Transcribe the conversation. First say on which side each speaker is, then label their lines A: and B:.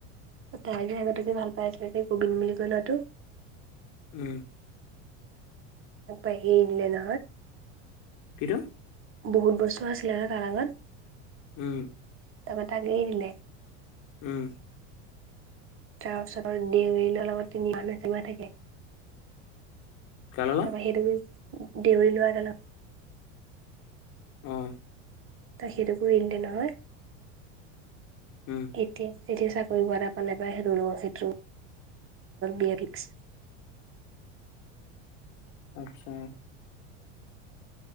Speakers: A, on the right; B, on the left.
A: তাইে আগতকে ভাল পাই তে গোবিন্দ বুলি কৈ লোৱাটো
B: উম
A: পাইে ইলে ন
B: কটায়া
A: বহুত বস্তু আছিলে ন কাৰাৰ আগত
B: উম
A: ত ম ত আ গ নিলে
B: উম
A: তাৰ ওচৰৰ ডউৰিনৰ লগত তিনি মানুহ জমা থাকে
B: কাৰ লগত
A: তাৰপৰা সেইটোোক দেউৰ লোৱাৰ ত অলপ
B: আহ
A: তই সেইটো কৰিো এন দেে নহয়
B: উম
A: এতিয়া এতিয়া চাকৰি কৰা পালে পৰাাই হেৰু লো সেইটো বিয়া ফিক্স
B: আত্ছা